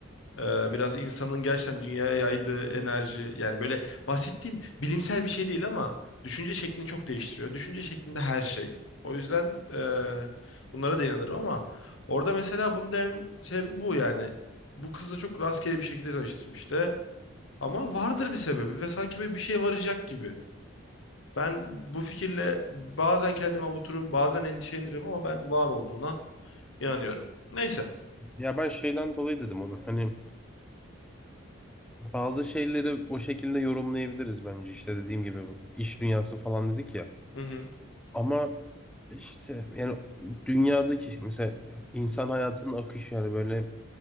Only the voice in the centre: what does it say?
Ya ben şeyden dolayı dedim onu. Hani Bazı şeyleri o şekilde yorumlayabiliriz bence işte dediğim gibi bu iş dünyası falan dedik ya.
Ama işte yani dünyadaki işte mesela insan hayatının akışı yani böyle